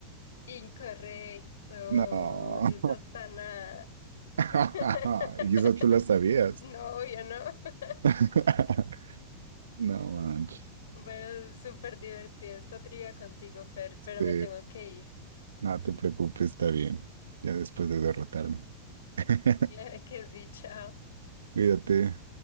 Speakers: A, on the left; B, on the right.
A: Incorrecto,
B: No.
A: es Astana.
B: <laughs>
A: <laughs>
B: Y eso tú la sabías.
A: No, obvio, no. <laughs>
B: <laughs> No, manches.
A: Bueno, súper divertido esta trivia contigo, Fer, pero
B: Sí,
A: me tengo que ir. <laughs>
B: no te preocupes, está bien. Ya después de derrotarme. <laughs>
A: Claro que sí, chao.
B: Cuídate.